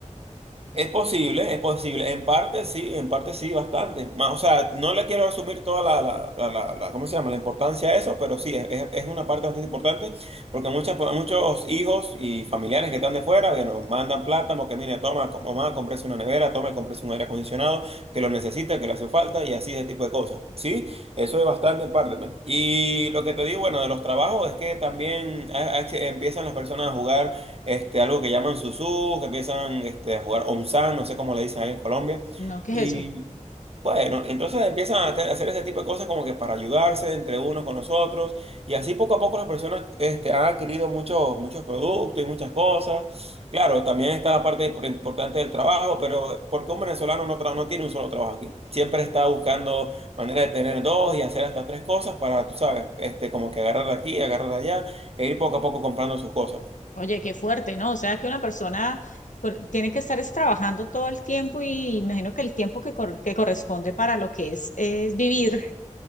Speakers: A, on the right; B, on the left.
A: Es posible, es posible. En parte sí, en parte sí, bastante. Ma- O sea, no le quiero asumir toda la, la, la, la- la- ¿cómo se llama? La importancia a eso, pero sí, es, es- es una parte bastante importante porque muchas, muchos hijos y familiares que están de fuera que nos mandan plata porque, mire, toma, com- mamá, cómprese una nevera, toma, y cómprese un aire acondicionado que lo necesita, que le hace falta y así ese tipo de cosas. Sí, eso es bastante en parte. pues. Y lo que te digo, bueno, de los trabajos es que también ah, ah, empiezan las personas a jugar este, algo que llaman susú, que empiezan este, a jugar onzán, no sé cómo le dicen ahí en Colombia.
B: No, ¿qué es
A: Y
B: eso?
A: bueno, entonces empiezan a hacer a hacer ese tipo de cosas como que para ayudarse entre unos con los otros. Y así poco a poco las personas este, han adquirido muchos, muchos productos y muchas cosas. Claro, también está la parte impor- importante del trabajo, pero porque un venezolano no, tra- no tiene un solo trabajo aquí? Siempre está buscando manera de tener dos y hacer hasta tres cosas para, tú sabes, este, como que agarrar de aquí, agarrar de allá e ir poco a poco comprando sus cosas.
B: Oye, qué fuerte, ¿no? O sea, que una persona por- tiene que estar es trabajando todo el tiempo y imagino que el tiempo que, cor- que corresponde para lo que es, es vivir,